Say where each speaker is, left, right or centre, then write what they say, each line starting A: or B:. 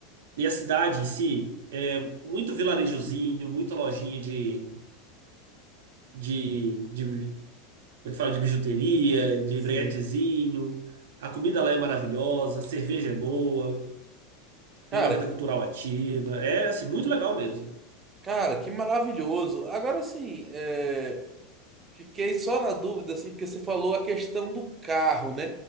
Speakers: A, on the right; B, on the right.
A: E a cidade em si é muito vilarejozinho, muita lojinha de, de, de, como é que fala, de bijuteria, de
B: Sim.
A: breguetezinho. A comida lá é maravilhosa, a cerveja é boa,
B: Cara,
A: tem uma vida cultural ativa. É, assim, muito legal mesmo.
B: Cara, que maravilhoso. Agora sim, é, fiquei só na dúvida, assim, porque você falou a questão do carro, né?